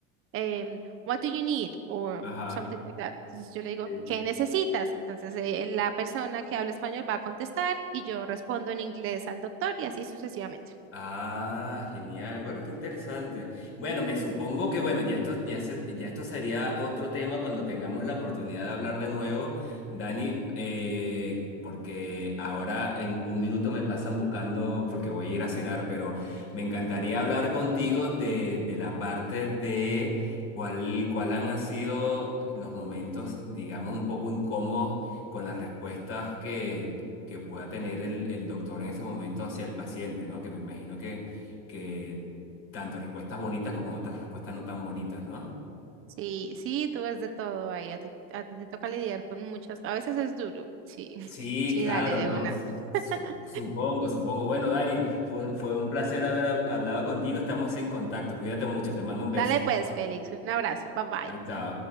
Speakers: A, on the right; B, on the left.
A: em, What do you need? or
B: ajá.
A: something like that. Entonces yo le digo,
B: Sí.
A: ¿qué necesitas? Entonces eh, la persona que habla español va a contestar y yo respondo en inglés al doctor y así sucesivamente.
B: Ah, genial. Bueno, qué interesante. Bueno, me supongo que bueno, ya esto, ya se- ya esto sería otro tema cuando tengamos la oportunidad de hablar de nuevo, Dani, eh, porque ahora en un minuto me pasan buscando porque voy a ir a cenar, pero me encantaría hablar contigo de, de la parte de cuál, cuál han sido los momentos, digamos, un poco incómodos con las respuestas que pueda tener el, el doctor en ese momento hacia el paciente, ¿no? Que me imagino que, que tanto respuestas bonitas como otras respuestas no tan bonitas, ¿no?
A: Sí, sí, tú ves de todo ahí, a ti, a ti te toca lidiar con muchas, a veces es duro, sí, <laughs>
B: Sí,
A: sí,
B: claro,
A: dale de
B: ¿no?
A: una.
B: Su-
A: <laughs>
B: Supongo, supongo. Bueno, Dani, fue, un- fue un placer haber hab- hablado contigo. Estamos en contacto. Cuídate mucho. Te mando un beso.
A: Dale pues, Félix, un abrazo, bye bye.
B: Chao, chao.